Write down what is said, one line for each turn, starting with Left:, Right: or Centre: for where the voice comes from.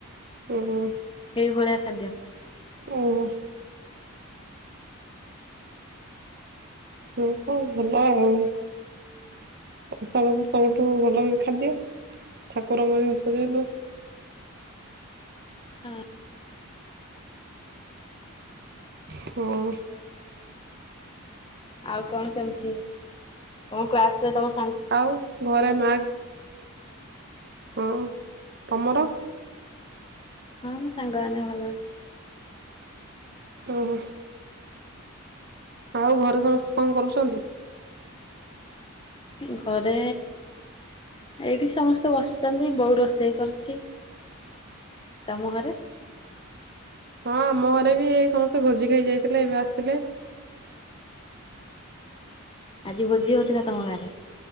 Right: ହୁଁ ହୁଁ।
Left: ସେଇ ଭଳିଆ ଖାଦ୍ୟ।
Right: ଓ ହୋ। ହଁ ହଁ ଭଲ ଆଉ ପ୍ରସାଦ ସବୁଠୁ ଭଲ ଖାଦ୍ୟ, ଠାକୁରଙ୍କ ଜିନିଷ ଯେହେତୁ।
Left: ହଁ।
Right: ହଁ।
Left: ଆଉ କଣ କେମିତି ତୋମ କ୍ଲାସ୍ ରେ ତୋମ
Right: ଆଉ ଘରେ ମା ହଁ, ତୋମର?
Left: ହଁ ମୋ ସାଙ୍ଗମାନେ ଭଲ।
Right: ଓହୋ। ଆଉ ଘରେ ସମସ୍ତେ କଣ କରୁଛନ୍ତି?
Left: ଘରେ ଏଇଠି ସମସ୍ତେ ବସିଛନ୍ତି ବୋଉ ରୋଷେଇ କରୁଛି। ତମ ଘରେ?
Right: ହଁ ଆମ ଘରେ ବି ଏଇ ସମସ୍ତେ ଭୋଜି ଖାଇ ଯାଇଥିଲେ ଏବେ ଆସିଥିଲେ।
Left: ଆଜି ଭୋଜି ହଉଥିଲା ତମ ଗାଁରେ?